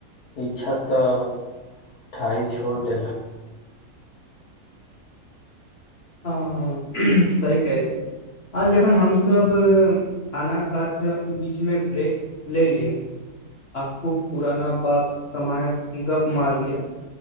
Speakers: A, on the left (about 75°); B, on the left (about 45°).
A: इच्छा तऽ ठाइ छोड़ि देला
B: हँ हँ सही कहै छी आ जखन हमसभ खाना खर्च बीचमे ब्रेक ल ली ह आखू पुराान बात समामायक गप मर लियए